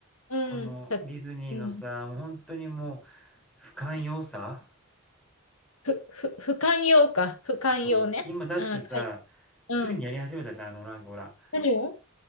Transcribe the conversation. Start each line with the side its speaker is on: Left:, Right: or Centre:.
Left: うん、
Centre: このディズニーのさ、
Left: た、うん、
Centre: もう本当にもう不寛容さ
Left: ふ、ふ、不寛容か、不寛容ね。
Centre: そう。今だってさ、
Left: うん、かい、うん。
Centre: ついにやり始めたじゃん。あの、なんかほら、
Left: 何を